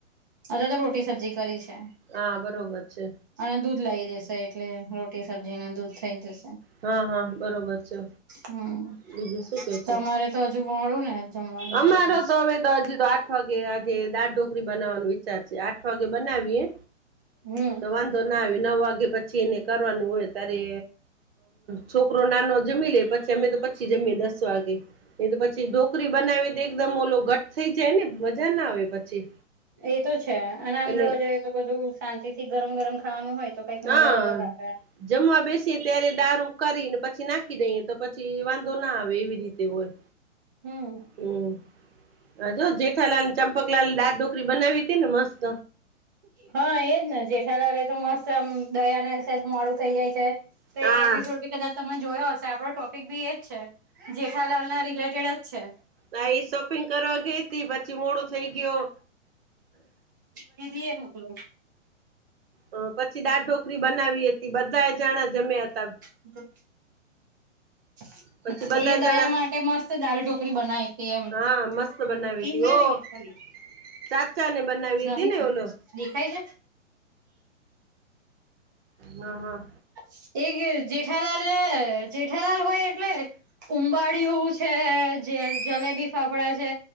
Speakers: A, on the right (about 15°); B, on the right (about 50°).
A: અમે તો રોટી સબ્જી કરી છે.
B: હા બરોબર છે.
A: અને દૂધ લાવી દેશે એટલે રોટી સબ્જીને દૂધ થઇ જશે.
B: હા -હા, બરોબર છે
A: હમ
B: બીજું શું કેઓ છો.
A: તમારે તો અજુ મોડુ ને જમવાનું
B: અમારો
A: થશે
B: તો હવે તો હજી તો આઠ વાગે આજે દાળ ઢોકરી બનાવાનું વી ચાર છે આઠ વાગે બનાવીએ
A: હમ
B: તો વાંધો ના આવી નવ વાગે પ જેને કરવાનું હોય ત્યારે છોકરો નાનો જમી લેય પછી અમે તો પછી જમીએ દસ વાગે. એ તો પછી ઢો કરી બનાવી તો એકદમ ઓલો ઘટ થઈ જાય ને મજા ના આવે પછી.
A: એ તો છે અને આમ
B: એટલે
A: જોવા જઈએ તો બધું શાંતિ થી ગરમ- ગરમ ખાવાનું હોય. તો કઈક મજા
B: હા,
A: અલગ આવે
B: જમવા બેસીએ ત્યારે દાર ઉકારીને પછી નાખી દઈએ તો પછી તે વાંધો ના આવે એવી રીતે હોય.
A: હમ.
B: હમ, હ જો જેઠાલાલ ચંપકલાલ દાળ ઢોકરી બનાવી હતી ને મસ્ત.
A: હ, એજ ને. જેઠલાલે તો મસ્ત આમ દયાને સેજ મોડું થઈ જાય છે તે
B: હા
A: એપિસોડ કદાચ તમે જોયો હશે. આપડો ટોપિક બી એજ છે. જેઠાલાલ ના રિલેટેડ જ છે.
B: હાં, એ શોપિંગ કરવા ગઈ તી, પછી મોડો થઈ ગયો.
A: દીધી એ મકલો.
B: હ, પછી દાર ઢોકરી બનાવી હતી. બધા જાણા જમ્યા હતા.
A: <inaudible> <inaudible>
B: પછી બધા
A: એ દયા
B: જણા
A: માટે મસ્ત દાળ ઢોકરી બનાઈ તી એમ.
B: હા
A: <unintelligible>
B: મસ્ત બનાવી
A: પી
B: હતી
A: નહી
B: ઓ
A: ખાલી
B: ચાચા ને બનાવી
A: ન
B: હતી ને ઓલો
A: દેખાય છે
B: હા -હા.
A: છે એ જ જેઠાલાલ -જેઠાલાલ હોય એટલે ઉંબાળિયુ છે, જે જલેબી ફાફડા છે